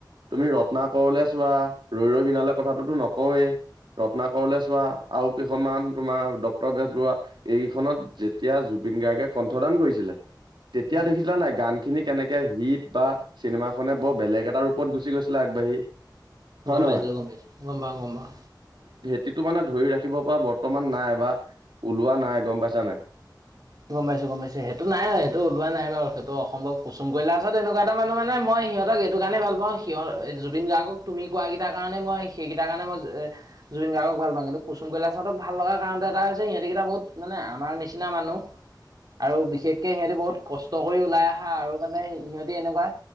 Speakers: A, on the right; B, on the right.
A: তুমি ৰত্না কৰলে চোৱা। ৰৈ ৰৈ বিনালে কথাটোতো নকওয়ে ৰত্না কৰলে চোৱা আৰু কেইখনমান তোমাৰ ডক্তৰ বেজবৰুৱা এইকেইখনত যে- তিয়া জুবিন গাৰ্গে কণ্ঠদান কৰিছিলে। তেতিয়া
B: উম
A: দেখিছিলা নাই গানখিনি কেনে- হিট বা চিনেমাখনে বৰ বেলেগ এটা ৰূপত গুচি গৈছিলে আগবাঢ়ি। হয়
B: গম
A: নহয়
B: পাইছিলোঁ, গম পাইছোঁ। গম পাওঁ, গম পাওঁ।
A: তিটো মানে ধৰি ৰাখিব পৰা বৰ্তমান নাই বা ওলোৱা নাই গম পাইছা নাই?
B: গম পাইছো গম পাইছো সেইটো নাই সেইটো ওলোৱা নাইবাৰু সেইটো অসম্ভৱ। কুম কৈলাসত এনেকুৱা এটা মানহ মানে মই সিহঁতক এইটো কাৰণে ভাল পাওঁ। সিহঁ জুবিন গাৰ্গক তুমি কোৱা কেইটা কাৰণে মই সেইকেইটাৰ কাৰণে মই জুবিন গাৰ্গক ভাল পাওঁ কিন্তু মই কলাঁত ভাল লগ কাৰণ এটা হৈছে সিহঁতকেইটা বহুত মানে আমাৰ নিচিনা মানুহ। আৰু বিশেষকে সিহঁতি বহুত কষ্ট কৰি ওলাই আহা আৰু মানে সিহঁতি এনেকুৱা।